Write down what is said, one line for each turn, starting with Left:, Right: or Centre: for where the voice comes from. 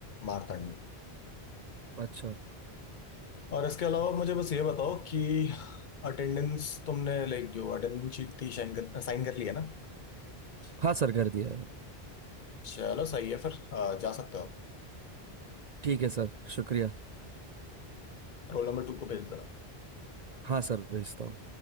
Left: मारतंड
Right: अच्छा
Left: और इसके अलावा मुझे बस ये बताओ कि अटेंडेंस तुमने लाइक जो अटेंडेंस शीट थी साइन कर साइन कर लिया ना
Right: हाँ सर कर दिया है
Left: चलो सही है फिर आ, जा सकते हो
Right: ठीक है सर शुक्रिया
Left: रोल नंबर टू को भेज दो
Right: हाँ सर भेजता हूँ